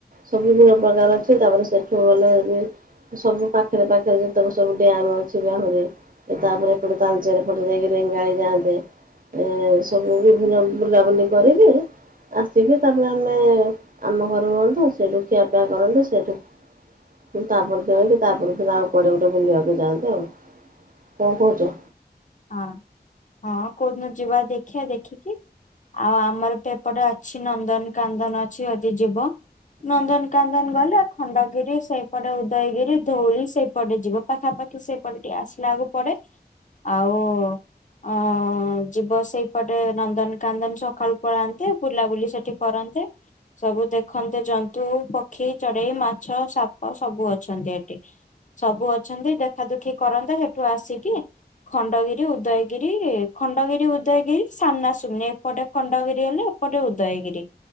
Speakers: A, on the right; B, on the left.
A: ସବୁଦିନ। ପ୍ରକାର ଅଛି ତାପରେ ସେଠୁ ଗଲେ ସବୁ ପାଖରେ ପାଖରେ ଯେତେକ ସବୁ ଡ୍ୟାମ ଅଛି ବାହୁରେ। ତାପରେ ଏପଟେ ତାଲଚରେ ପଟେ ଦେଇକି ରେଙ୍ଗାଳି ଯାଆନ୍ତେ। ଏ ସବୁ ବିଭିନ୍ନ ବୁଲାବୁଲି କରିବି ଆସିକି ତାପରେ ଆମେ ଆମ ଘରେ ରୁହନ୍ତୁ ସେଠୁଖିଆ ଜା କରନ୍ତ ସେଠୁ କିନ୍ତୁ ତାପରେ ଦେକି ତାପ <unintelligible> ଆଉ କୁଆଡ଼େ ଗୋଟେ ବୁଲିବାକୁ ଯାଆନ୍ତେ ଆଉ କଣ କହୁଛ?
B: ହଁ ହଁ କୋଉଦିନ ଯିବା ଦେଖିବା ଦେଖିକି। ଆଉ ଆମର ତ ଏପଟେ ଅଛି ନନ୍ଦନ କାନ୍ଦନ ଅଛି ଯଦି ଯିବ ନନ୍ଦନକାନନ ଗଲେ ଖଣ୍ଡଗିରି ସେଇପଟେ ଉଦୟଗିରି, ଧଉଳି ସେଇପଟେ ଯିବ। ପାଖାପାଖି ସେଇପଟ ଟିକେ ଆସିଲା ବେଳକୁ ପଡେ। ଆଉ ଅ ଯିବ ସେଇପଟେ ନନ୍ଦନକାନନ ସକାଳୁ ପଳାନ୍ତି। ବୁଲାବୁଲି ସେଠି କରନ୍ତେ। ସବୁ ଦେଖନ୍ତେ ଜନ୍ତୁ, ପକ୍ଷୀ, ଚଢେଇ, ମାଛ, ସାପ ସବୁ ଅଛନ୍ତି ଏଠି। ସବୁ ଅଛନ୍ତି ଦେଖା ଦୁଖି କରନ୍ତେ ସେଠୁ ଆସିକି ଖଣ୍ଡଗିରି, ଉଦୟଗିରି, ଖଣ୍ଡଗିରି, ଉଦୟଗିରି ସାମନାସୁମ୍ନି ଏପଟେ ଖଣ୍ଡଗିରି ହେଲେ ଏପଟେ ଉଦୟଗିରି।